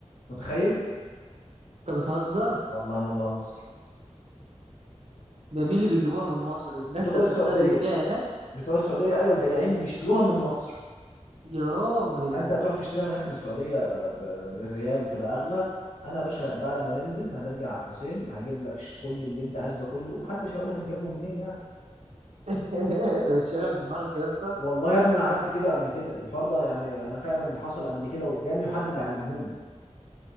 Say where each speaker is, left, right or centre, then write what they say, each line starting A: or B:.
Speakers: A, on the left (about 80°); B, on the right (about 60°).
A: متخيل
B: أنت بتهزر
A: والله ما بهزر
B: ده مين اللي بيجيبوها من مصر الناس
A: بتوع
B: ذات
A: السعوديه
B: نفسها اللي بتبيع هناك
A: بتوع السعوديه ايوه البياعين بيشتروها من مصر
B: يا راجل
A: انت هتروح تشتريها من هناك من السعوديه ب- بالريال وتبقى اغلى انا يا باشا بعد ما ننزل هنرجع على الحسين هجيب لك ش- كل اللي انت عايزه ده كله ومحدش هيقول لك انت جايبهم منين يعني
B: <laughs> أنت بتشغل دماغك يا اسطى
A: والله يا ابني انا عملت كده قبل كده الحوار ده يعني انا فعلا حصل قبل كده قدامي وحد اللي علمهوني